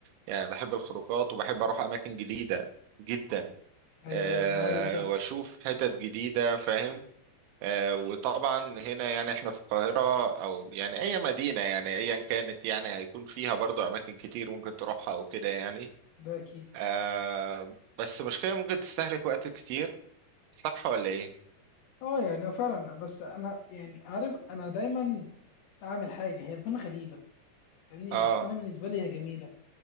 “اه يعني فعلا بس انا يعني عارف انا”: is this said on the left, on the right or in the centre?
Left